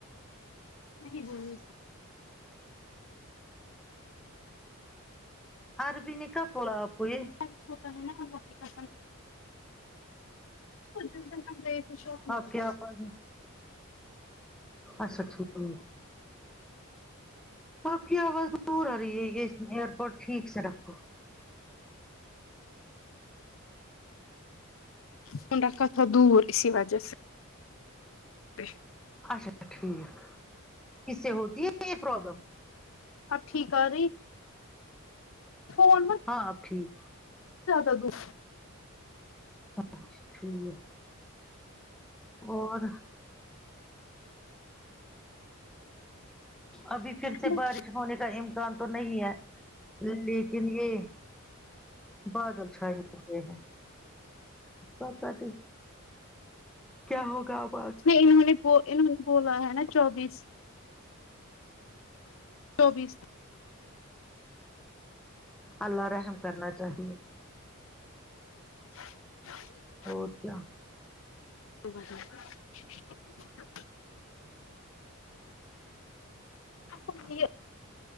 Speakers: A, on the left; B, in the centre.
A: نہیں بولنی
B: عربی نکاح بولا آپ کو یہ
A: سچ ہوتا ہے نہ اللہ کی قسم <unintelligible> گئے تھے شوپنگ
B: آپ
A: کرنے
B: کی آواز اچھا ٹھیک ؤ ہو آپ کی آواز دور آ رہی ہے یہ ائرپوڈ ٹھیک سے رکھو
A: فون رکھا تھا دور اسی وجہ سے بےشک
B: اچھا ٹھیک اس سے ہوتی ہے یہ پرابلم
A: اب ٹھیک آری فون مت
B: ہاں اب ٹھیک
A: ذیادہ دور
B: <unintelligible> اور ابھی پھر سے
A: نہیں
B: بارش ہونے کا ام کان تو نہیں ہے لیکن یہ بادل چھائے ہوئے ہیں پتا نہی کیا ہوگا اب
A: پھر انہوں نے بو انہوں نے بولا ہے نا چوبیس
B: <inaudible>
A: چوبیس
B: اللہ رحم کرنا چاہیے
A: <inaudible>
B: اور کیا
A: <inaudible> ابھی یہ